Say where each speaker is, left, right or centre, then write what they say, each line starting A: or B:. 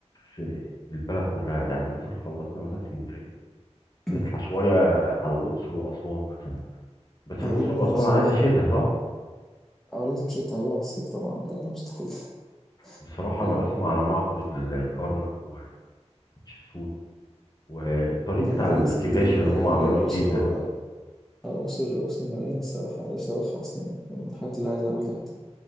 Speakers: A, on the left; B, in the centre.
A: في البلد كلها يعني مثلا خلصنا مثلا اسكندريه
B: <clears throat>
A: نطلع شويه على الاقصر واسوان مثلا بس
B: اه
A: الاقصر
B: دي بقى
A: واسوان
B: اللي نفسي
A: عايزه
B: اروحها
A: شتاء
B: بقى
A: صح
B: اه لازم شتا هيبقى على الصيف طبعا ده مستحيل <laughs>
A: بصراحه
B: فاهم
A: انا بسمع على معبد الكرنك وتشيبسوت والطريق بتاع
B: لا لا
A: الكباش
B: اسكندرية
A: اللي
B: لا
A: هم
B: الأقصر
A: عملوه جديد
B: آه،
A: ده
B: أقصر أقصر مليانة الصراحة أنا نفسي أروحها أصلا يعني فاهم؟ من الحاجات اللي عايز أعملها يعني.